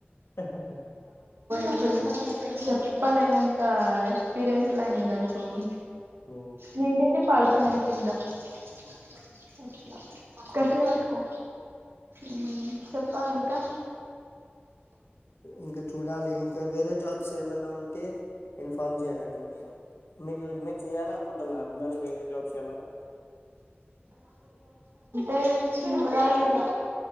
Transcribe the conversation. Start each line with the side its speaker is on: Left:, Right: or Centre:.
Left: హా హా
Right: అ చెప్పలేనంత ఎక్స్పీరియన్స్ లాయినదంతని
Left: ఓ
Right: నిండిడి పడుతున్నాయి కిందట్లా
Left: ఓకే
Right: కట్టేవాట్కో
Left: ఓకే
Right: ఉమ్ చెప్పాలి ఇంకా
Left: ఇంక చూడాలి ఇంకా వేరే జాబ్ ఏమనా ఉంటే ఇన్ఫార్మ్ చేయాలి మీరు మీకు మీరు చెయాల అనుకుంటున్నారు మరి వేరే జాబ్స్ ఏమైనా
Right: అ చుడాలి ఇగా